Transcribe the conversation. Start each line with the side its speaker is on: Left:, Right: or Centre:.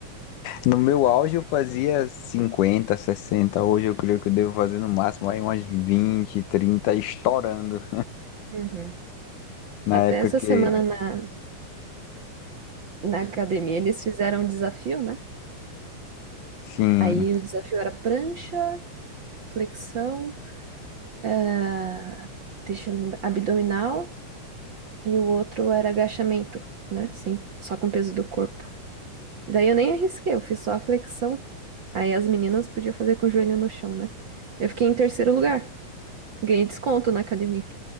Left: No meu auge eu fazia 50, 60. Hoje eu creio que eu devo fazer no máximo aí umas 20, 30 estourando.
Right: Uhum.
Left: Na
Right: Até
Left: época
Right: essa semana
Left: que.
Right: na, na academia eles fizeram um desafio, né?
Left: Sim.
Right: Aí o desafio era prancha, flexão, eh, deixa eu lembrar, abdominal e o outro era agachamento, né? Sim, só com o peso do corpo. Daí eu nem arrisquei, eu fiz só a flexão. Aí as meninas podiam fazer com o joelho no chão, né? Eu fiquei em terceiro lugar, ganhei desconto na academia.